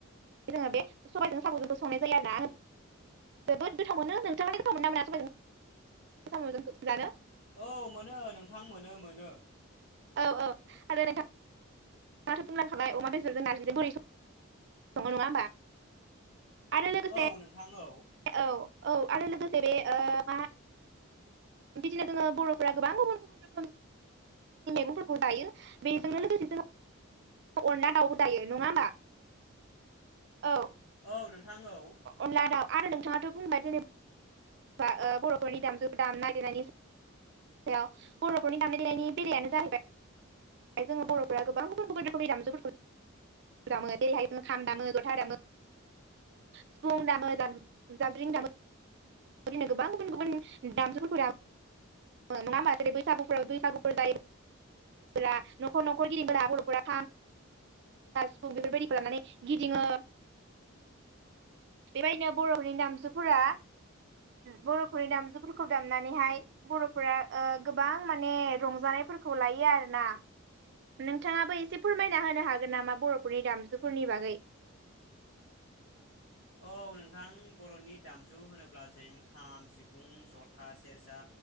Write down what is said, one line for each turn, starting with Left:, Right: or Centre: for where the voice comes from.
Right: जोङो बे सबायाइजों साम'जोंबो संनाय जायो आरो ना। जोबोद गोथाव मोनो नोंथाङा गोथाव मोनो ना मोना सबायजों सामुजों जानो।
Left: औ मोनो नोंथां मोनो मोनो।
Right: औ औ आरो नोंथां माथो बुंलांखाबाय अमा बेदरजों नारजिजों बोरै सङ नङा होनबा? आरो लोगोसे
Left: औ नोंथां औ
Right: औ औ आरो लोगोसे बे ओ मा बिदिनो जोङो बर'फोरा गोबां गुबुन गुबुन रोखोम मैगंफोरखौ दायो बेजोंनो लोगोसे जोङो अनला दाउबो जायो नङा होमबा औ
Left: औ नोंथां औ
Right: अनला दाव आरो नोंथाङाथ' बुंबाय जेनेबा बा बर'फोरनि दामजु दाम नायगिरनायनि याव बर'फोरनि दामनाय देनायनि बेलायानो जाहैबाय जोङो बर'फोरा गोबां गुबुन गुबुन रखोमनि दामजुफोरखौ जेरैहाय जों खाम दामो जथा दामो सिफुं दामो जाबस्रिं दामो। बिदिनो गोबां गुबुन गुबुन दामजुफोरा मा नङा ओमबा माथै बैसागुफ्राव बैसागुफोर दायो। फोरा न'खर न'खर गिदिंना बर'फोरा सिफुं बेफोरबायदिखौ लानानै गिदिङो बेबायदिनो बर'फोरनि दामजुफोरा बर'फोरनि दामजुफोरखौ दामनानैहाय बर'फोरा ओ गोबां माने रंजानायफोरखौ लायो आरो ना। नोंथाङाबो एसे फोरमायना होनो हागोन नामा बर'फोरनि दामजुफोरनि बागै?
Left: औ नोंथां बर'नि दामजु होनोब्ला जों खाम सिफुं जथा सेरजा